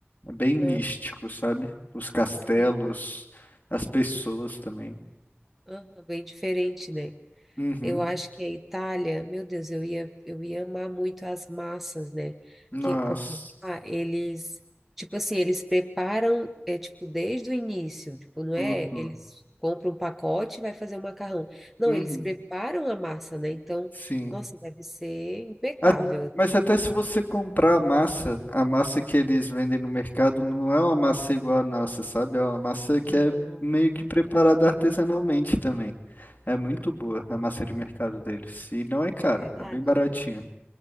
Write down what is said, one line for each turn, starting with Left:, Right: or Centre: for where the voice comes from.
Left: É bem místico,
Centre: Aham.
Left: sabe? Os castelos,
Centre: Sim.
Left: as pessoas também.
Centre: Aham, Bem diferente, né?
Left: Uhum.
Centre: Eu acho que a Itália, meu Deus, eu ia, eu ia amar muito as massas, né?
Left: Nossa,
Centre: Que, porque lá eles, tipo assim, eles preparam, é tipo, desde o início, tipo, não
Left: tudo.
Centre: é, eles compram um pacote e vai fazer o macarrão. Não,
Left: Uhum.
Centre: eles preparam a massa, né? Então,
Left: Sim.
Centre: nossa, deve ser impecável.
Left: A- Mas até se você comprar a massa, a massa que eles vendem no mercado não é uma massa igual a nossa, sabe? É uma massa que
Centre: Não,
Left: é meio que preparada
Centre: é,
Left: artesanalmente também.
Centre: uhum,
Left: É muito boa a massa de mercado deles. E não é caro,
Centre: é verdade.
Left: é bem baratinho.